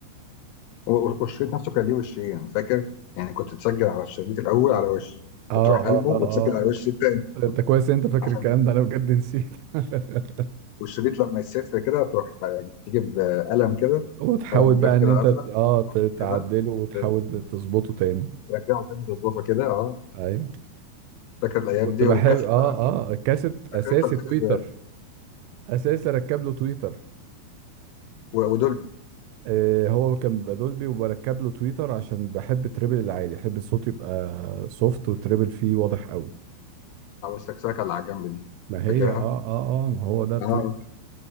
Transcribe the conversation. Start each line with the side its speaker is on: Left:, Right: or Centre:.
Left: و- و- والشريط نفسه كان ليه وشين فاكر يعني كنت تسجل على الشريط الاول على وش
Right: اه
Left: وتروح قلبه
Right: اه اه
Left: وتسجل
Right: اه
Left: على الوش التاني
Right: آه. انت كويس إن انت فاكر
Left: عشان
Right: الكلام ده انا بجد نسيت <laughs>
Left: والشريط لما يسف كده تروح آه، تجيب آه، قلم كده
Right: وتحاول
Left: قلم
Right: بقى
Left: جاف
Right: ان
Left: كده
Right: انت
Left: ازرق
Right: ت- اه ت- تعدله
Left: كده
Right: وتحاول
Left: آه،
Right: تظبطه تاني
Left: ترجعه تاني تظبطه كده اه
Right: ايوه
Left: فاكر الايام
Right: كنت
Left: دي
Right: بحب
Left: والكاسيت
Right: اه
Left: بقى
Right: اه الكاسيت
Left: فاكر
Right: اساسي
Left: انت الكاسيت
Right: تويتر اساسا ركب له تويتر
Left: و- ودولبي
Right: آه، هو كان بيبقى دولبي وبركب له تويتر عشان بحب التريبل العالي احب الصوت يبقى سوفت والتريبل فيه واضح قوي
Left: او السكسكه اللي على الجنب دي
Right: ما هي
Left: فاكرها
Right: اه اه اه ما هو ده بتويتر
Left: اه آه.